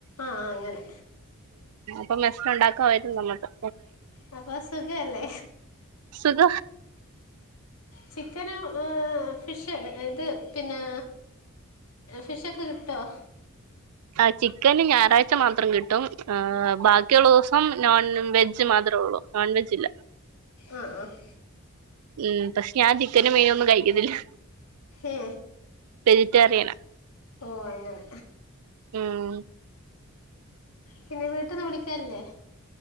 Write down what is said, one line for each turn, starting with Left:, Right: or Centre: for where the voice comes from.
Left: ആഹ് ആ അങ്ങനെ
Right: പ്പം മെസ്സ്ല്ണ്ടാക്കും അവരും നമ്മക്കും
Left: അപ്പ സുഖവല്ലേ
Right: സുഖ
Left: ചിക്കനും ഫിഷ് ഇത് പിന്നെ ഫിഷൊക്കെ കിട്ടോ
Right: ആഹ് ചിക്കന് ഞായറാഴ്ച മാത്രം കിട്ടും ബാക്കിയുള്ള ദിവസം നോൺ വെജ് മാ മാത്രൊള്ളു നോൺവെജില്ല
Left: ആഹ് ആഹ്
Right: ഉം പഷേ ഞാൻ ചിക്കനും മീനൊന്നും കഴിക്കത്തില്ല
Left: ഏ
Right: വെജിറ്റേറിയന.
Left: ഓ അങ്ങനെ
Right: ഉം.
Left: പിന്നെ വീട്ടിന്ന് വിളിക്കാൽല്ലേ